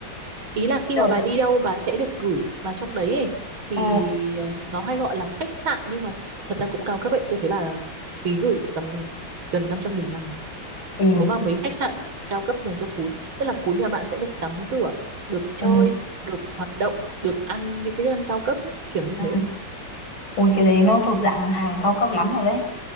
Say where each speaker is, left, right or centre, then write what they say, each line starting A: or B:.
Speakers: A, on the right; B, on the left.
A: ý là khi
B: trời
A: mà bà đi đâu bà sẽ được gửi vào trong đấy ấy. thì
B: ừ
A: ờ, nó hay gọi là khách sạn nhưng mà thật ra cũng cao cấp ấy tôi thấy bà là phí gửi tầm gần năm trăm nghìn một ngày
B: ừ
A: nếu mà mấy khách sạn cao cấp dành cho cún tức là cún nhà bạn sẽ được tắm rửa được chơi
B: ừ
A: được hoạt động được ăn những cái thức ăn cao cấp ấy, kiểu như
B: ừ
A: thế
B: ui cái đấy nó thuộc dạng hàng cao cấp lắm rồi đấy